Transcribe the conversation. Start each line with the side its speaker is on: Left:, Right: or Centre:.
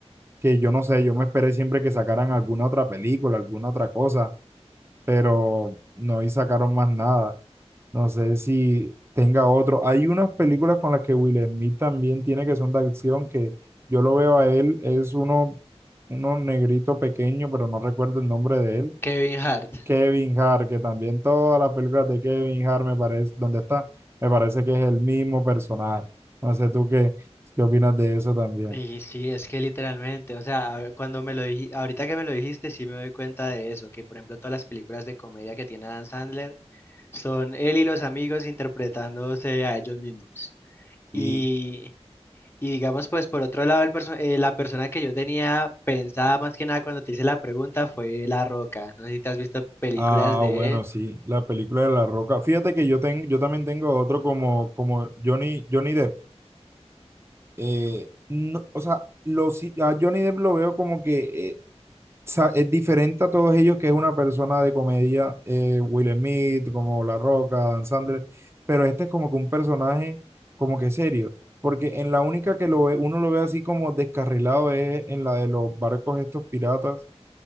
Right: que yo no sé, yo me esperé siempre que sacaran alguna otra película, alguna otra cosa, pero no y sacaron más nada. No sé si tenga otro. Hay unas películas con las que Will Smith también tiene que son de acción, que yo lo veo a él, es uno, uno negrito pequeño, pero no recuerdo el nombre de él.
Left: Kevin Hart.
Right: Kevin Hart, que también todas las películas de Kevin Hart me parece, ¿dónde está? Me parece que es el mismo personaje. No sé tú qué, qué opinas de eso también.
Left: Y sí, es que literalmente, o sea, a- cuando me lo dijiste, ahorita que me lo dijiste, sí me doy cuenta de eso, que por ejemplo todas las películas de comedia que tiene Dan Sandler Son él y los amigos interpretándose a ellos mismos. Y,
Right: Y,
Left: y digamos, pues por otro lado, el perso- eh, la persona que yo tenía pensada más que nada cuando te hice la pregunta fue La Roca. No sé si te has visto películas
Right: ah,
Left: de
Right: bueno,
Left: él,
Right: sí, la película de La Roca. Fíjate que yo, tengo yo también tengo otro como, como Johnny, Johnny Depp. Eh, no, o sea, los, a Johnny Depp lo veo como que eh, sa- es diferente a todos ellos, que es una persona de comedia, eh, Will Smith, como La Roca, Dan Sandler, pero este es como que un personaje como que serio, porque en la única que lo ve, uno lo ve así como descarrilado es en la de los barcos estos piratas,